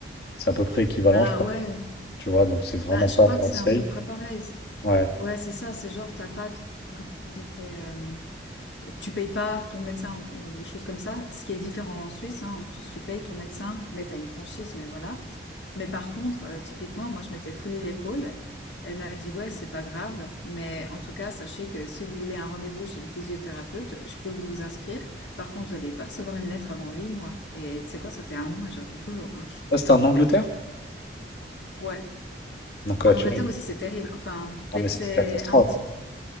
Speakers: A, on the left; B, on the left.
A: C'est à peu près équivalent,
B: Bah
A: je pense.
B: ouais,
A: Tu vois, donc c'est vraiment
B: bah, je
A: pas
B: crois que c'est
A: safe.
B: à peu près pareil.
A: Ouais.
B: Ouais, c'est ça, c'est genre, t'as pas de- comment dire, t'es, euh, tu payes pas ton médecin ou, ou choses comme ça, ce qui est différent en Suisse. hein. En Suisse, tu payes ton médecin, mais tu as une franchise, mais voilà. Mais par contre, euh, typiquement, moi, je m'étais foulé l'épaule. Elle m'a dit, ouais, c'est pas grave, mais en tout cas, sachez que si vous voulez un rendez-vous chez le physiothérapeute, je peux vous inscrire. Par contre, vous allez pas recevoir une lettre avant huit mois. Et tu sais quoi, ça fait un an et j'attends toujours. hein.
A: Ça, c'était en Angleterre?
B: Ouais.
A: Donc,
B: En
A: ouais, tu
B: Angleterre
A: vois.
B: aussi, c'est terrible. Enfin,
A: Non,
B: dès
A: mais
B: que
A: c'est
B: c'est
A: une catastrophe.
B: un petit,